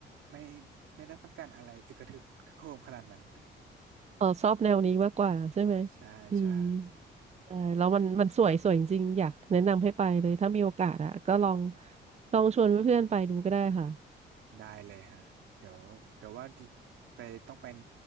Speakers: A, on the right; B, on the right.
A: ไม่ไม่ได้ต้องการอะไรอึกระทึกโครมขนาดนั้น
B: เออชอบแนวนี้มากกว่าใช่ไหม
A: ใช่ใช่
B: อืมใช่แล้วมันมันสวยสวยจริงๆอยากแนะนำให้ไปเลยถ้ามีโอกาสอะก็ลองลองชวนเพื่อนๆไปดูก็ได้ค่ะ
A: ได้เลยฮะเดี๋ยวเดี๋ยวว่าจะไปต้องเป็น